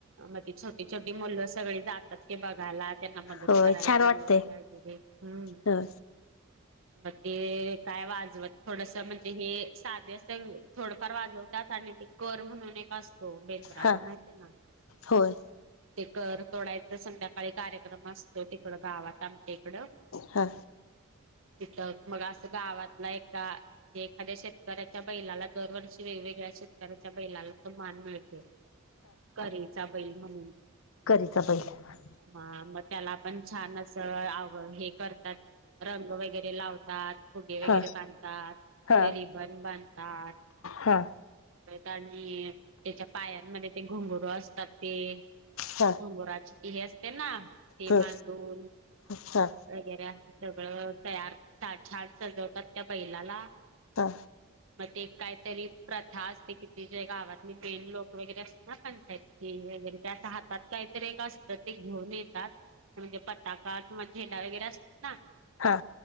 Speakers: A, on the right; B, on the left.
A: मग ती छोटी छोटी मुलं सगळे जातात की बघायलात. त्यांना मदत
B: होय
A: करारला
B: छान वाटते
A: रंग लावायला येरी हम्म.
B: ह
A: मग ते काय वाजवत थोडस म्हणजे हे साधे असं थोडंफार वाजवतात. ते कर म्हणून एक असतो बेलगराला
B: हा
A: माहिती ना.
B: होय
A: ते करतोडायचं संध्याकाळी कार्यक्रम असतो तिकड गावात आमच्या इकडं.
B: हा.
A: तिथं मग असं गावातला एका म्हणजे एखाद्या शेतकऱ्याच्या बैलाला दरवर्षी वे. वेवेगळ्या शेतकऱ्याच्या बैलाला तर मान मिळते करीचा बैल म्हणून.
B: कीच पहिला.
A: हा मग त्याला पण छान अस आव हे करतात रंग वगैरे लावतात. फुगे वगैरे
B: हा
A: बांधतात
B: हा
A: ते रिबन बांधतात.
B: हा
A: आणि त्याच्या पायांमध्ये ते घोंगुर असतात ते
B: हा
A: घोंगराचे हे असते ना ते
B: ह
A: बांधून
B: हा हा
A: वगैरे अस सग सगळं तयार छान सजवतात त्या बैलाला
B: हा.
A: मग ते कायतरी प्रथा असते किती जे गावातली मेन लोक वगैरे अस ना पंचायतीची वगैरे त्याच्या हातात काहीतरी एक असतं ते घेऊन येत म्हणजे पटाका किंवा <unintelligible> वगैरे असते ना
B: हा